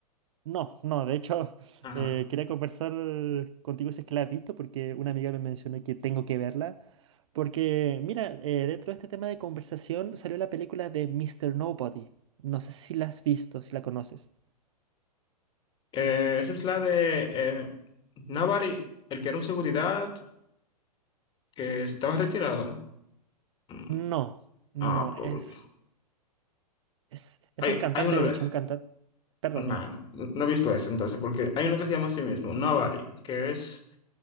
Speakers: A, on the right; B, on the left.
A: No, no, de hecho, <laughs>
B: Ajá.
A: eh, quería conversar contigo si es que la has visto, porque una amiga me mencionó que tengo que verla. Porque, mira, eh, dentro de este tema de conversación salió la película de Mister Nobody. No sé si la has visto, si la conoces.
B: Eh, esa es la de eh, Navari, el que era un seguridad que estaba retirado. Mm,
A: No, no,
B: Ah, porque
A: es, es, es
B: hay,
A: un cantante,
B: hay una,
A: de hecho, un cantante. Perdón,
B: una-
A: dime.
B: no he visto ese entonces, porque hay uno que se llama a sí mismo, Navari, que es